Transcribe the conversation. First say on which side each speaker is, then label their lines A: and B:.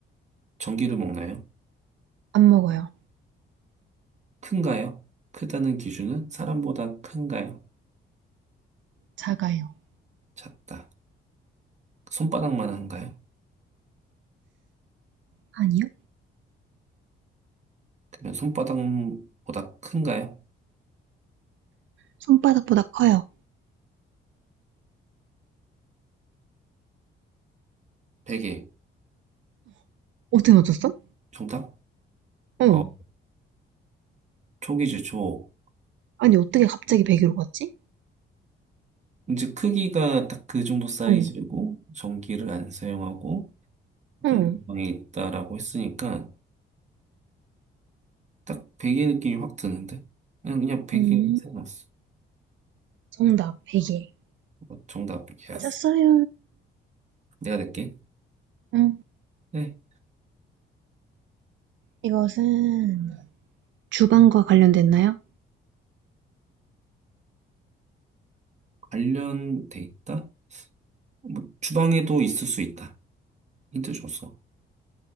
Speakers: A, on the right; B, on the right.
A: 전기를 먹나요?
B: 안 먹어요.
A: 큰가요? 크다는 기준은 사람보다 큰가요?
B: 작아요.
A: 작다. 손바닥만 한가요?
B: 아니요?
A: 그러면 손바닥보다 큰가요?
B: 손바닥보다 커요.
A: 베개.
B: 어떻게 맞췄어?
A: 정답?
B: 어.
A: 어, 촉이지, 촉.
B: 아니, 어떻게 갑자기 1 0로 갔지?
A: 이제 크기가 딱 그 정도 사이즈고,
B: 응,
A: 전기를 안 사용하고, 보통
B: 응,
A: 방에 있다라고 했으니까, 딱 베개 느낌이 확 드는데? 그냥, 그냥 베개
B: 음,
A: 생각났어.
B: 정답, 베개.
A: 어, 정답, 예스.
B: 맞았어요.
A: 내가 낼게.
B: 응,
A: 네.
B: 이것은 주방과 관련됐나요?
A: 관련돼 있다? 뭐, 주방에도 있을 수 있다. 힌트 줬어.